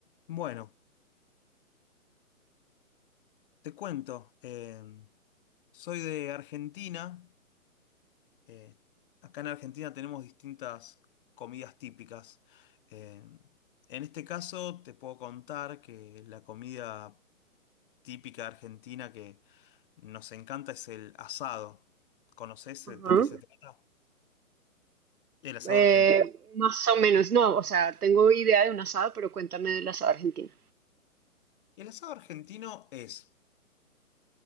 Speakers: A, on the left; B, on the right.
A: Bueno, te cuento, em, soy de Argentina, eh, acá en Argentina tenemos distintas comidas típicas. Em, en este caso te puedo contar que la comida típica argentina que nos encanta es el asado. ¿Conoces
B: Ajá.
A: eh, de qué se trata? El asado
B: Eh,
A: argentino.
B: más o menos, no, o sea, tengo idea de un asado, pero cuéntame del asado argentino.
A: El asado argentino es